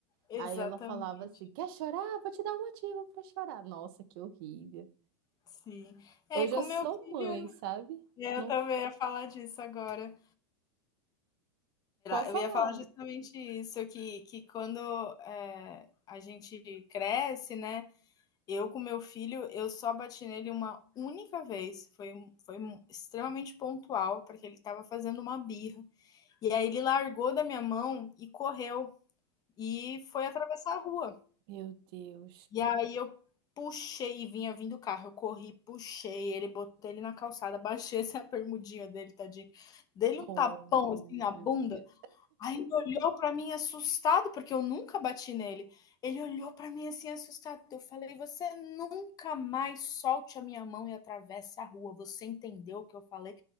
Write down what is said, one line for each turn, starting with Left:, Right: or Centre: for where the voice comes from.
Left: exatamente,
Right: Aí ela falava assim: Quer chorar? Vou te dar um motivo pra chorar. Nossa, que horrível.
Left: sim. É,
Right: Hoje
Left: com
Right: eu
Left: meu
Right: sou
Left: filho,
Right: mãe, sabe?
Left: é,
Right: Não
Left: eu também ia falar disso agora.
Right: pode
Left: Eu
Right: falar.
Left: ia falar justamente isso, que, que quando é, a gente cresce, né, eu com meu filho, eu só bati nele uma única vez, foi, foi extremamente pontual, porque ele estava fazendo uma birra. E aí ele largou da minha mão e correu e foi atravessar a rua.
Right: Meu Deus.
Left: E aí eu puxei e vinha vindo o carro. Eu corri, puxei ele, botei ele na calçada, baixei essa <laughs> a bermudinha dele, tadinho. Dei-lhe
Right: Oh,
Left: um tapão assim na bunda.
Right: meu Deus.
Left: Aí ele olhou para mim assustado, porque eu nunca bati nele. Ele olhou para mim assim assustado. Eu falei: "Você nunca mais solte a minha mão e atravesse a rua. Você entendeu o que eu falei?"